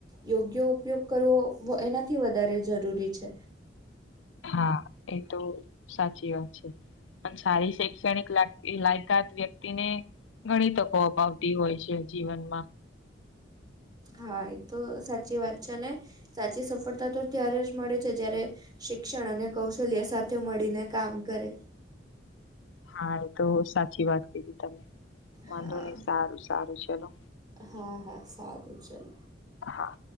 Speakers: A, on the right; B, on the left.
A: યોગ્ય ઉપયોગ કરવો વ એનાથી વધારે જરૂરી છે.
B: હા એ તો સાચી વાત છે. પન સારી શૈક્ષણિક લાગતી લાયકાત વ્ય ક્તિ ને ઘણી તકો અપાવતી હોય છે જીવનમાં.
A: હા એ તો સાચી વાત છે ને સાચી સફળતા તો ત્યારે જ મળે છે જ્યારે શિક્ષણ અને કૌશલ્ય સાથે મળીને કામ કરે.
B: હા એ તો સાચી વાત કીધી તમે. વાંધો
A: હા
B: નહી સારું સારું ચલો
A: હા હા સારું ચલો.
B: હા.